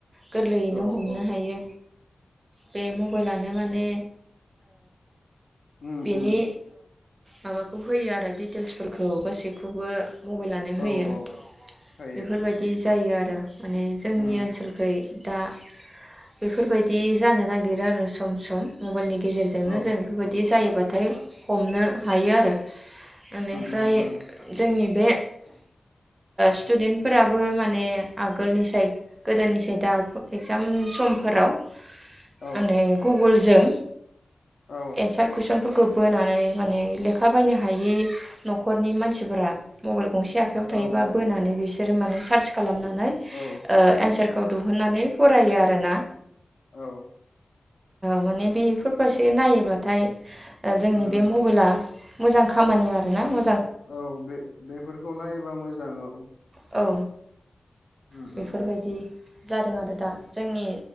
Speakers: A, on the right; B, on the left.
A: गोरलैयैनो
B: औ
A: हमनो
B: औ
A: हायो बे मबाइलानो माने
B: उम
A: बिनि
B: उम
A: माबाखौ होयो आरो डिटेल्सफोरखौ गासैखौबो मबाइलानो होयो
B: औ औ हायो
A: बेफोरबायदि जायो आरो माने जोंनि
B: उम
A: ओनसोलखै दा बेफोरबायदि जानो नागिरो आरो सम सम मबाइलनि गेजेराव गेजेरजोंनो
B: औ उम
A: जों बिदि जायोबाथाय हमनो हायो आरो बेनिफ्राय
B: उम उम
A: जोंनि बे स्टुदेन्टफोराबो माने आगोलनि साय गोदोनि साय दा इगजाम समफोराव
B: औ
A: माने गुगोलजों
B: औ
A: एन्सार कुइसनफोरखौ बोनानै माने लेखा बायनो हायि न'खरनि मानसिफोरा मबाइल गंसे आखायाव
B: औ
A: थायोबा
B: औ
A: बोनानै बिसोर <unintelligible> माने सार खालामनानै ओ
B: औ
A: एन्सारखौ दिहुननानै फरायो आरोना
B: औ
A: माने बेफोर फारसे नायो होनबाथाय जोंनि
B: उम
A: बे
B: उम
A: मबाइला मोजां खामानि आर ना मो
B: औ बे बेफोरखौ नायोबा मोजां औ
A: औ
B: उम
A: बेफोरबायदि
B: उम
A: जादों आरो दा जोंनि